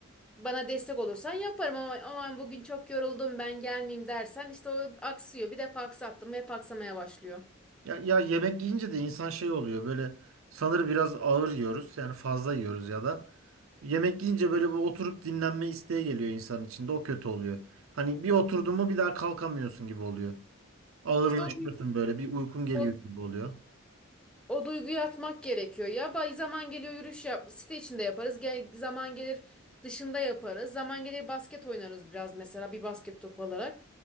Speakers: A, in the centre; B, on the right.
A: Bana destek olursan yaparım ama aman bugün çok yoruldum ben gelmeyeyim dersen işte o aksıyor. Bir defa aksattım hep aksamaya başlıyor.
B: Ya, ya yemek yiyince de insan şey oluyor böyle sanır biraz ağır yiyoruz yani fazla yiyoruz ya da. Yemek yiyince böyle bu oturup dinlenme isteği geliyor insanın içinde o kötü oluyor. Hani bir oturdun mu bir daha kalkamıyorsun gibi oluyor. Ağırlaşıyorsun
A: İşte o, du-
B: böyle bir uykun geliyor
A: o
B: gibi oluyor.
A: O duyguyu atmak gerekiyor ya. Bay zaman geliyor yürüyüş yap. Site içinde yaparız. Gel, zaman gelir dışında yaparız. Zaman gelir basket oynarız biraz mesela bir basket topu alarak.